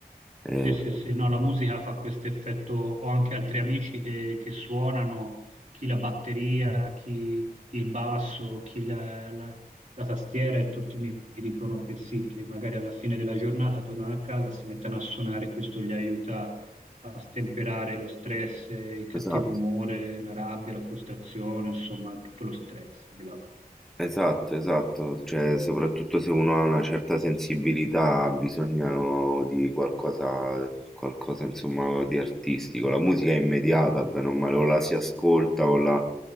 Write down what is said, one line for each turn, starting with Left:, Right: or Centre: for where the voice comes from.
Centre: Eh,
Right: Sì, sì, sì, no, la musica fa questo effetto. Ho anche altri amici che, che suonano, chi la batteria, chi il basso, chi la, la- la tastiera e tutti mi mi dicono che sì, che magari alla fine della giornata tornano a casa, si mettono a suonare e questo gli aiuta a stemperare lo stress, eh, il cattivo
Centre: esatto.
Right: umore, la rabbia, la frustrazione, insomma, tutto lo stress del lavoro.
Centre: Esatto, esatto, cioè soprattutto se uno ha una certa sensibilità ha bisogno di qualcosa, qualcosa insomma di artistico. La musica è immediata, bene o male, o la si ascolta o, la-